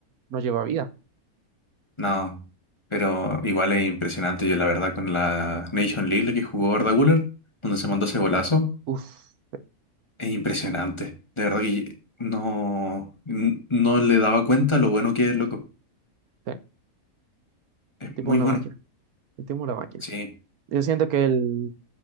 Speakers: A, on the right (about 85°); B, on the left (about 20°).
A: no lleva vida.
B: No, pero igual es impresionante, yo la verdad, con la Nation League la que jugó Arda Güler, donde se mandó ese golazo,
A: Uf,
B: es impresionante. De verdad que no, n- no le daba cuenta lo bueno que es, loco.
A: sí,
B: Es
A: el tipo
B: muy
A: es una
B: bueno.
A: máquina, el tipo es una máquina.
B: Sí,
A: Yo siento que el,